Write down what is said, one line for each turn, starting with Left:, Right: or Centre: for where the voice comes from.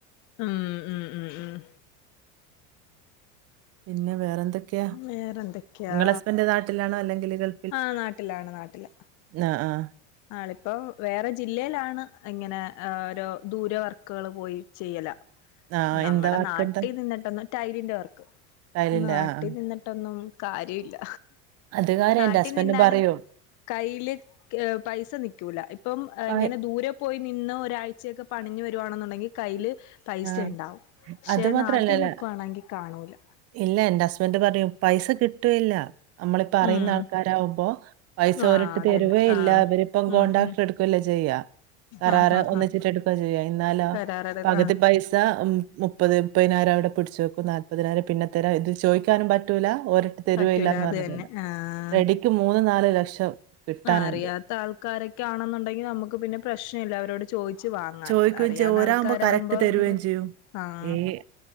Left: ആഹ് ആഹ് ആഹ് ആഹ്
Right: പിന്നെ വേറെ എന്തൊക്കെയാ
Left: വേറെന്തൊക്കെയാ
Right: നിങ്ങള ഹസ്ബന്റ് നാട്ടിലാണോ അല്ലെങ്കില് ഗൾ
Left: ആഹ് നാട്ടിലാണ് നാട്ടില്
Right: ആഹ് ആഹ്
Left: ആളിപ്പോ വേറെ ജില്ലയിലാണ് ഇങ്ങനെ ഒരോ ദൂര വർക്കുകള് പോയി ചെയ്യലാ
Right: ആ
Left: നമ്മുടെ
Right: എന്താ വർക്കെന്താ?
Left: നാട്ടിൽ നിന്നിട്ടന്ന് ടൈലിന്റെ വർക്ക്
Right: ടൈലിന്റെ.
Left: നാട്ടി
Right: ആ, ആ.
Left: നിന്നിട്ടൊന്നും കാര്യല്ല
Right: അത് കാര്യം
Left: നാട്ടിൽ
Right: എന്റെ ഹസ്ബൻഡ്
Left: നിന്നാലും
Right: പറയും.
Left: കയ്യില് പൈസ നിക്കൂല ഇപ്പം
Right: പയ്
Left: ഇങ്ങനെ ദൂരെ പോയി നിന്ന് ഒരാഴ്ചയൊക്കെ പണിഞ്ഞു വരുവാണെന്നുണ്ടെങ്കി കയ്യില് പൈസ
Right: ആഹ്.
Left: ഇണ്ടാവും പക്ഷേ
Right: അത് മാത്രല്ലല്ല
Left: നാട്ടി നിക്കുവാണെങ്കി കാണൂല്ല
Right: ഇല്ല എൻ്റെ ഹസ്ബന്റ് പറയും പൈസ കിട്ടൂല്ല നമ്മളിപ്പ അറിയുന്ന
Left: ഉം
Right: ആൾക്കാരാവുമ്പോ പൈസ
Left: ആ
Right: ഓരൊട്ട്
Left: അതന്നെ
Right: തരുവേ
Left: ആ
Right: ഇല്ല അവരിപ്പം
Left: ഉം
Right: കോൺട്രാക്ട്
Left: ഉം
Right: എടു ചെയ്യ <unintelligible>
Left: ആ ഹാ
Right: ഒന്നിച്ചിട്ട്
Left: ഹാ
Right: എടുക്കാ ചെയ്യാ എന്നാലോ
Left: വരാറ
Right: പകു
Left: ആ
Right: പൈസ മുപ്പത് മുപ്പതിനായിരം അവിടെ പിടിച്ചു വെക്കും നാല്പതിനായിരം പിന്നെ തരാം ഇത് ചോദിക്കാനും പറ്റൂല ഒര് തരുവയില്ലാന്ന്
Left: പറ്റൂല അത്
Right: പറഞ്ഞിട്ടുണ്ട്
Left: തന്നെ ആഹ്
Right: റെഡിക്ക് മൂന്ന് നാല് ലക്ഷം കിട്ടാനുണ്ട്.
Left: അറിയാത്ത ആൾക്കാരൊക്കെ ആണെന്നുണ്ടെങ്കി നമുക്ക് പിന്നെ പ്രശ്നം ഇല്ല അവരോട് ചോദ ച്ച് വാങ്ങാലോ
Right: ചോദിക്കുകയും
Left: അറിയാവുന്ന
Right: ചെയ്യും. ഒരാകുമ്പോ
Left: ആൾക്കാരാവുമ്പോ
Right: കറക്റ്റ് തരുകയും
Left: അതൊരു
Right: ചെയ്യും.
Left: ആഹ്
Right: ഈ